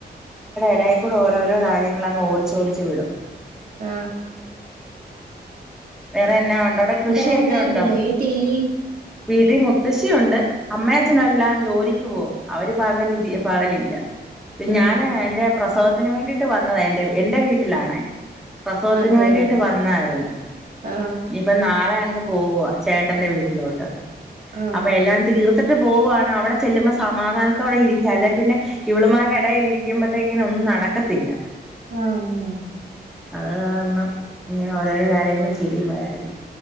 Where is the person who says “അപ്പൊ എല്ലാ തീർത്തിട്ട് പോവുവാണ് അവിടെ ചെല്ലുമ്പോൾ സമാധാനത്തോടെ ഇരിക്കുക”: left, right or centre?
Centre